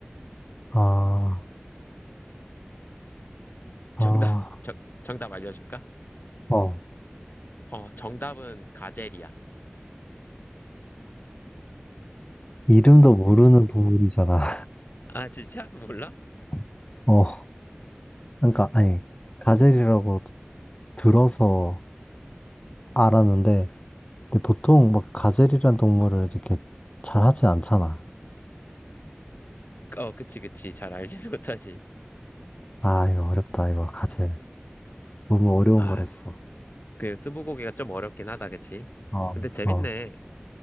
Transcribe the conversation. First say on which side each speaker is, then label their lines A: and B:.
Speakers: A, on the left; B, on the left.
A: 아, 아,
B: 정답 정, 정답 알려줄까?
A: 어,
B: 어, 정답은 가젤이야.
A: 이름도 모르는 동물이잖아.
B: 아, 진짜? 몰라?
A: <laughs> 어, 그러니까, 아니, 가젤이라고 들어서 알았는데, 근데 보통 막 가젤이란 동물을 이렇게 잘 하진 않잖아.
B: 어, 그치, 그치. 잘 알지는 못하지.
A: 아, 이거 어렵다, 이거, 가젤. 너무 어려운
B: 아,
A: 걸 했어.
B: 그 스무고개가 좀 어렵긴 하다, 그치?
A: 어,
B: 근데 재밌네.
A: 어,